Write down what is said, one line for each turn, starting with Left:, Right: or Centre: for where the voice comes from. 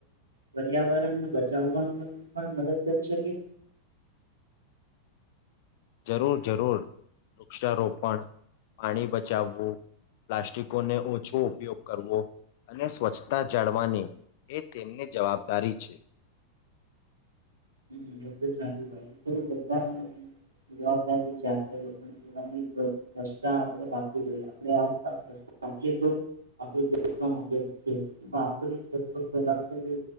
Right: પર્યાવરણ બચાવવાવામાં પણ મદદ કરી શકે
Left: <inaudible> જરૂર જરૂર વૃક્ષારોપણ પાણી બચાવવું પ્લાસ્ટિકોને ઓછો ઉપયોગ કરવો અને સ્વચ્છતા જાળવાની એ તેમની જવાબદારી છે
Right: હમ્મ સારું ભાઈ તો બધા જવાબદારી છે આપે લોકોની દિવા સ્વચ્છતા આપડે રાખવી જોઈએ આપે આસપાસ બાકીી તો આપ દેશ પણ આગે વધશે પણ આપું કત્ર ફેલાવશે કે